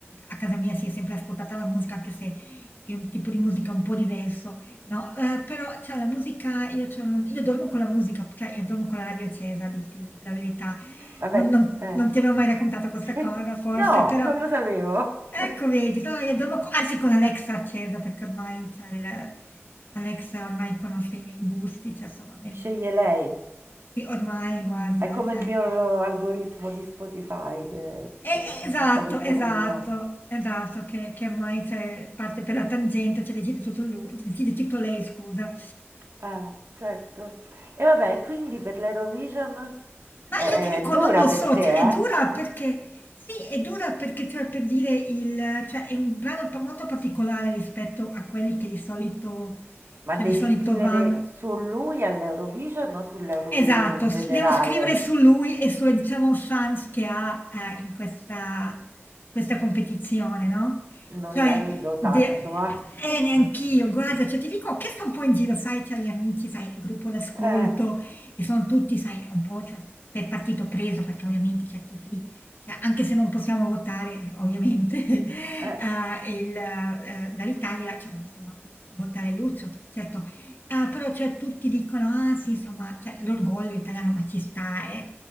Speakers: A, on the left (about 45°); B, on the right (about 65°).
A: a casa mia si è sempre ascoltata la musica, anche se è un tipo di musica un po' diverso, no? Eh, però, cioè, la musica, io, cioè, non- io dormo con la musica, cioè, io dormo con la radio accesa, a dirti la verità.
B: Vabbè,
A: Non, non
B: eh.
A: non ti avevo mai raccontato questa
B: <laughs>
A: cosa, forse,
B: No,
A: però...
B: non lo sapevo.
A: Ecco, vedi, no, io devo, anzi con Alexa accesa, perché ormai c'è il- Alexa ormai conosce i miei gusti, cioè insomma, mi-
B: Sceglie
A: mi-
B: lei.
A: sì, ormai guarda,
B: È come
A: cioè,
B: il mio algoritmo di Spotify che,
A: e-
B: che
A: e-
B: mi
A: esatto,
B: fa tutto
A: esatto,
B: come gli va.
A: esatto, che, che ormai c'è, parte per la tangente, cioè decide tutto lui, decide tutto lei, scusa.
B: Eh, certo. E vabbè, quindi per l'Eurovision?
A: Ma
B: È,
A: io ti dico,
B: è dura
A: non lo
B: per
A: so,
B: te,
A: cioè, è dura
B: eh?
A: perché, sì, è dura perché, cioè, per dire, il, cioè, è un brano pa- molto particolare rispetto a quelli che di solito,
B: Ma
A: cioè,
B: devi
A: di solito
B: scrivere
A: vanno.
B: su lui all'Eurovision o sull'Eurovision
A: Esatto,
B: in generale?
A: s- devo scrivere su lui e sulle, diciamo, chance che ha eh, in questa, questa competizione, no?
B: Non
A: Cioè,
B: la vedo
A: de-
B: tanto, ah.
A: eh,
B: <laughs>
A: neanch'io, guarda, cioè, ti dico, ho chiesto un po' in giro, sai, tra gli amici, sai, il gruppo d'ascolto,
B: Eh,
A: e sono tutti, sai, un po' cioè, per partito preso, perché ovviamente c'è chi fi- cioè, anche se non possiamo votare, ovviamente, <laughs> eh,
B: Eh,
A: il, eh, dall'Italia, cioè, non possiamo votare Lucio, certo Ah, però cioè tutti dicono: "Ah sì, insomma, cioè l'orgoglio italiano, ma ci sta, eh".